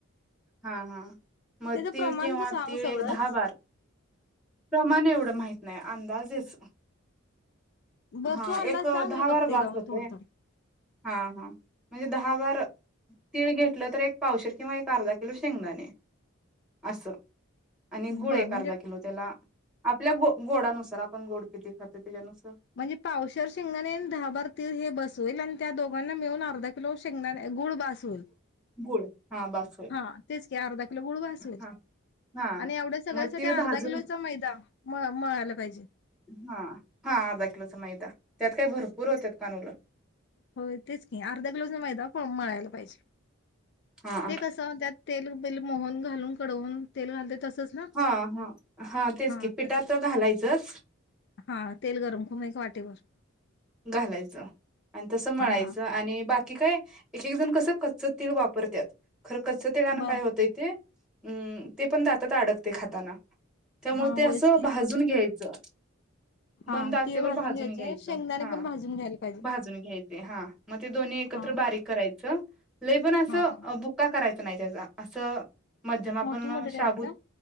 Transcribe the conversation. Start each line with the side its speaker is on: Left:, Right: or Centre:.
Centre: हा हा मग
Left: त्याचं
Centre: तीळ
Left: प्रमाण
Centre: किंवा
Left: तर सांग
Centre: तीळ
Left: सगळंच
Centre: एक दहा बारा प्रमाणे एवढं माहित नाही अंदाजेच
Left: बरं
Centre: हा
Left: तू अंदाज
Centre: एक
Left: सांग
Centre: दहा
Left: मी
Centre: बार
Left: बघते
Centre: बास
Left: का
Centre: होते
Left: म थोडं थोड
Centre: हा हा म्हणजे दहा बार तीळ घेतलं तर एक पावशीर किंवा अर्धा किलो शेंगदाणे असं आणि गुळ
Left: बर
Centre: एक
Left: म्हणजे
Centre: अर्धा किलो त्याला आपल्या गो गोडानुसार आपण गोड किती खातो त्याच्यानुसार
Left: म्हणजे पावशवर शिंगाणे दहा बार तीस हे बसवेल आणि त्या दोघांना मिळून अर्ध किलो शेंगणार गुळ बासल
Centre: गुळ हा बास होईल
Left: हा तेच क अर्धा किलो गुळ बासूल
Centre: हा हा
Left: आणि एवढ्या सगळ्यासाठी
Centre: मग तीळ
Left: अर्धा
Centre: भाजून
Left: किलोचा मैदा म मळालं पाहिजे
Centre: हा हा अर्ध किलो समयय त्यात काही भरपूर होत्या कानूलं
Left: हो तेच की अर्धा किलो माहित मळायला पाहिजे
Centre: हा
Left: ते कसं त्यात तेल पले मोहन घालून डवून तेल घालते तसच ना
Centre: हा हा तेच
Left: हा
Centre: की पिठात
Left: तसच
Centre: घालायचंच
Left: हा तेल गरम करूून वाट ते बर
Centre: घालायचं. आणि तसं म्हणायचं
Left: हा
Centre: आणि बाकी काय. एक एक जण कसं कच्च तेल वापरतात. खरं कच्चं ते गाणं
Left: बर
Centre: काय होतंय ते. हम्म ते पण द आातात अडकते खाताना. त्यामुळे
Left: हा
Centre: ते असं
Left: होयच की
Centre: भाजून घ्यायचं.
Left: हा
Centre: मंद आचेवर
Left: तीळ भाजून घ्यायचे
Centre: घ्यायचं
Left: शेंगदाने
Centre: हा
Left: पण भाजून घ्यायला पाहिजे.
Centre: भाजून हा. मग ते दोन्ही एकत्र
Left: हा
Centre: बारीक करायच. च लई पण असं
Left: हा हा
Centre: बुक्का करायच. नाही त्या असं. मध्यम आपण
Left: मोठं मोठं
Centre: शाबूत
Left: ठेवायचं